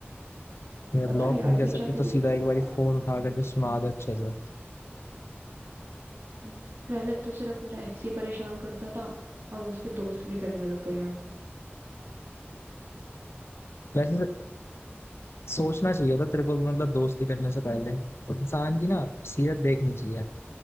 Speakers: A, on the left; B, on the right.
A: मैं
B: पता
A: ब्लॉक
B: नहीं यार
A: नहीं कर
B: पीछा
A: सकती
B: क्यों
A: तो
B: नहीं
A: सीधा
B: छूट
A: एक बार
B: रहा
A: फोन उठा करके सुना दे अच्छे से
B: हम्म, पहले तो सिर्फ मेरा एक्स ही परेशान करता था अब उसके दोस्त भी करने लग गए हैं
A: वैसे सोचना चाहिए था तेरे को भी मतलब दोस्ती करने से पहले इंसान की ना सीरत देखनी चाहिए